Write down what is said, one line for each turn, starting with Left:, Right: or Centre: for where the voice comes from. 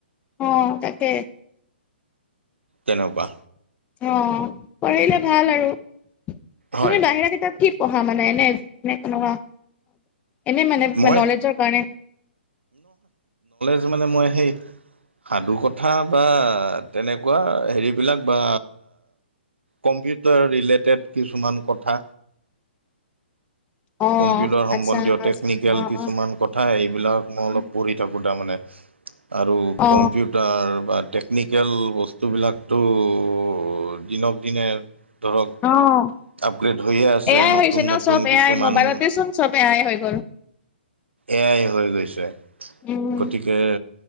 Left: উ তাকে।
Right: তেনেকুৱা।
Left: অ পঢ়িলে ভাল আৰু। তুমি
Right: হয়।
Left: বাহিৰা কিতাপ কি পহা মানে এনে এনে কেনেকুৱা এনেই মানে
Right: মই
Left: মে নলেজৰ কাৰনে
Right: এটো মানে মই সেই সাধু কথা বা তেনেকুৱা হেৰিবলাক বা কম্পিউটাৰ ৰিলেটেত কিছুমান কথা
Left: <inaudible>
Right: কম্পিউটাৰ সম্বন্ধীয়
Left: আচ্ছা
Right: টেকনিকেল
Left: আচ্ছা অ
Right: কিছুমান
Left: অ
Right: কথা হেই সেবিলাক মই অলপ পঢ়ি থাকোঁ তাৰমানে। আৰু
Left: অ
Right: কম্পিউটাৰ বা টেকনিকেল বস্তুবিলাকটো টো দিনক দিনে ধৰক
Left: অঁ।
Right: আপগ্ৰেড হৈয়ে আছে
Left: এয়াই
Right: নতুন
Left: হৈছে ন
Right: নতুন
Left: চব এয়াই
Right: কিছুমান
Left: মোবাইলতে চোন চব এয়াই হৈ গ'ল।
Right: এয়াই হৈ গৈছে।
Left: উম
Right: গতিকে